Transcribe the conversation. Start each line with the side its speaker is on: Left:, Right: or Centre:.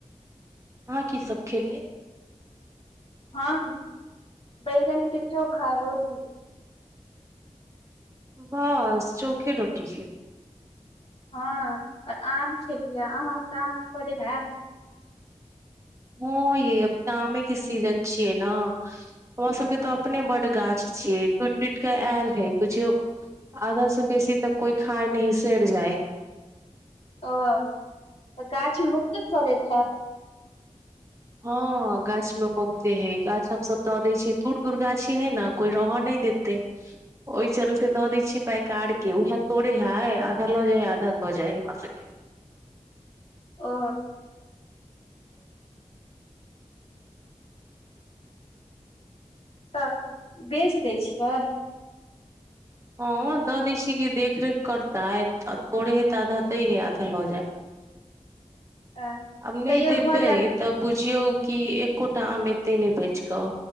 Right: अहाँ की सब खेलियै
Left: हम बैगन केँ चोखा रोटी
Right: बस चोखे रोटी खे
Left: हँ अ आम खेलियै अहाँ ओतऽ आम फरैय है
Right: हँ यै अब तऽ आमे केँ सीजन छियै नऽ हमरा सब केँ तऽ अपने बड्ड गाछ छियै टूइट टूइट कऽ एल हैय बुझियै आधा सँ बेसी तऽ कोई खाय नय हइ सैर जाय
Left: ओ त गाछि मे बहुते फड़ैत हैत
Right: हँ गाछ मे बहुते हइ गाछ हमसब द दैय छी दूर दूर गाछी हैय न कोई रह नय देतै
Left: <inaudible>
Right: ओय चलते द दै छियै पैकार केँ उहै तोरै हाइ आधा लऽ जाय हइ आधा द जाय हइ हमरा सब केँ
Left: ओ त बेच दैय छियै
Right: हँ द दैय छियै कि देखरेख करताइथ अ तोड़ै हइ तऽ आधा दैय हइ आधा लऽ जाय
Left: <inaudible>
Right: आब
Left: तैयो
Right: नय देबै
Left: भऽ जायत
Right: तब बुझियौ कि एकोटा आम एतैय नय बैच कऽ